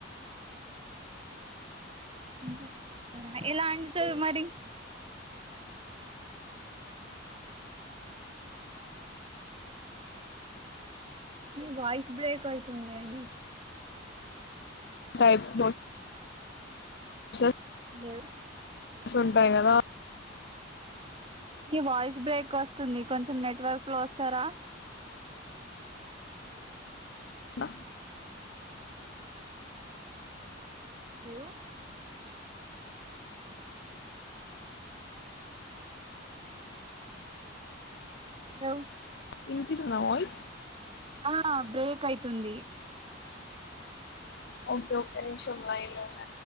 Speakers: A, on the right; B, on the left.
A: ఇం తోనేంద ఎలా అంటి చ మరి న వయిస్ బ్రేక్ అయితుంది అడి
B: టైప్స్ స
A: హలో
B: సంటంటాయినాదా
A: ఇ వాయిస్ బ్రేక్ వస్తుంది కొంచెం నెట్వర్క్ లో వస్తారా
B: ఆ
A: లేేవు దౌ
B: ఇనిపిస్ నా వాయిస్
A: అవున బ్రేక్ అయితుంది
B: ఒకే ఒకే కొంచెం వయోలెన్స్